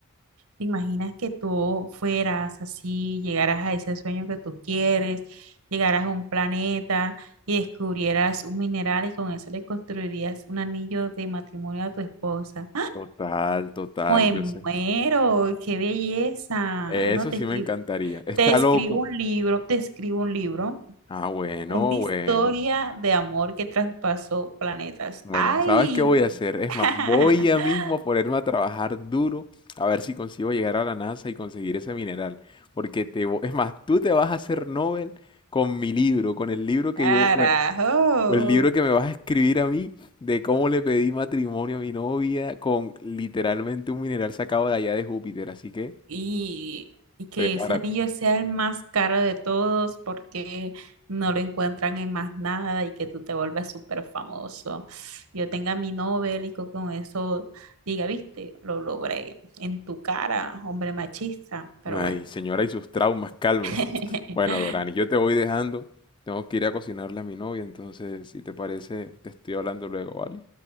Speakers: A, on the right; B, on the left.
A: ¿Te imaginas que tú fueras así, llegaras a ese sueño que tú quieres, llegaras a un planeta y descubrieras un mineral y con eso le construirías un anillo de matrimonio a tu esposa?
B: Total, total,
A: Me
B: yo
A: muero,
B: sé.
A: qué belleza.
B: Eso
A: No te
B: sí
A: escribo,
B: me encantaría. Está
A: te escribo
B: loco.
A: un libro, te escribo un libro,
B: Ah, bueno,
A: una historia
B: bueno.
A: de amor que traspasó planetas.
B: Bueno,
A: ¡Ay!
B: ¿sabes qué voy a hacer? Es
A: <laughs>
B: más, voy ya mismo a ponerme a trabajar duro a ver si consigo llegar a la NASA y conseguir ese mineral. Porque te, vo- es más, tú te vas a hacer Nobel con mi libro, con el libro que
A: ¡Carajo!
B: yo, bueno, o el libro que me vas a escribir a mí de cómo le pedí matrimonio a mi novia con literalmente un mineral sacado de allá de Júpiter. Así que
A: y, y que
B: prepárate.
A: ese anillo sea el más caro de todos porque no lo encuentran en más nada y que tú te vuelvas súper famoso. Yo tenga mi Nobel y co- con eso diga, viste, lo logré en tu cara, hombre machista, pero
B: Ay,
A: bueno.
B: señora y sus traumas, cálmese.
A: <laughs>
B: Bueno, Dorani, yo te voy dejando. Tengo que ir a cocinarle a mi novia, entonces, si te parece, te estoy hablando luego, ¿vale?